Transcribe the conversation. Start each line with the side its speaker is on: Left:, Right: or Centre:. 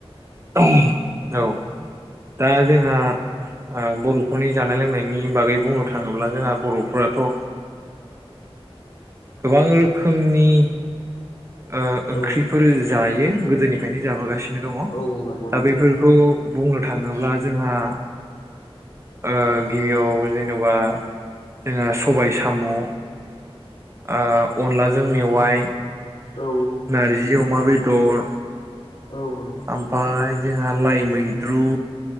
Right: औ औ दा जोंहा आ बर'फोरनि जानाय लोंनायनि बागै बुंनो थांङोब्ला जोंहा बर'फोराथ' ओ गोबां रोखोमनि ओ ओंख्रिफोर
Left: औ
Right: जायो गोदोनिफ्रायनो जाबोगासिनो दंङ
Left: औ औ नंगौ
Right: दा
Left: नंगौ
Right: बेफोरखौ बुंनो थांङोब्ला जोंहा ओ गिबियाव जेनेबा जोंहा सबाय साम' ओ अनलाजों मेवाइ
Left: औ
Right: नारिज अमा बे दर
Left: औ नंगौ
Right: आमफाय जोंहा लाइ मैद्रु